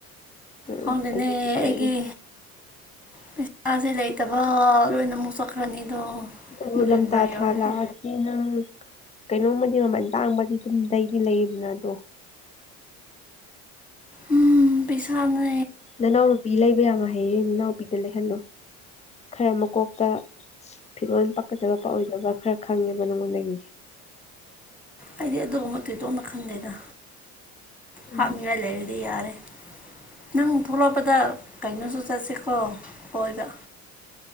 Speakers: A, on the left; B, in the centre.
A: ꯎꯝ
B: ꯍꯗꯅꯦ
A: ꯁꯖꯦꯕꯨ ꯀꯠꯂꯅꯤ
B: ꯑꯩꯒꯤ ꯄꯩꯁꯥꯁꯦ ꯂꯩꯇꯕ ꯂꯣꯏꯅ ꯑꯃꯨꯛ ꯆꯠꯈ꯭ꯔꯅꯤꯗꯣ
A: ꯕꯨ
B: ꯅꯣꯕꯦꯝꯕꯔ
A: ꯂꯝꯂꯝ ꯇ
B: ꯌꯧꯔꯗꯤ
A: ꯊꯂꯥ ꯁꯤ ꯅꯪ ꯀꯩꯅꯣꯝꯃꯗꯤ ꯃꯃꯜ ꯇꯥꯡꯕꯗꯤ ꯑꯗꯨꯝ ꯂꯩꯗꯤ ꯂꯩꯌꯦꯗꯅ ꯑꯗꯣ
B: ꯎꯝ ꯄꯩꯁꯥ ꯉ
A: ꯅꯅꯥꯎꯅꯨꯄꯤ ꯂꯩꯕ ꯌꯥ ꯌꯥꯝꯃ ꯍꯌꯦꯡ ꯏ ꯅꯥꯎꯕꯤꯗ ꯂꯩꯍꯜꯂꯨ ꯈꯔ ꯃꯀꯣꯛꯇ ꯐꯤꯠꯣꯟ ꯄꯛꯀꯗꯕ ꯑꯣꯏꯗꯕ ꯈꯔ ꯈꯪꯉꯦꯕ ꯅꯪꯉꯣꯟꯗꯒꯤ
B: ꯑꯩꯗꯤ ꯑꯗꯨꯒꯨꯝꯕ ꯊꯣꯏꯗꯣꯛꯅ ꯈꯟꯗꯦꯗ
A: ꯎꯝ
B: ꯍꯥꯞꯅꯤꯡꯉꯥꯏ ꯂꯩꯔꯗꯤ ꯌꯥꯔꯦ ꯅꯪ ꯊꯣꯛꯂꯛꯄꯗ ꯀꯩꯅꯩꯅꯣꯁꯨ ꯆꯠꯁꯤꯀꯣ ꯀꯣꯏꯕ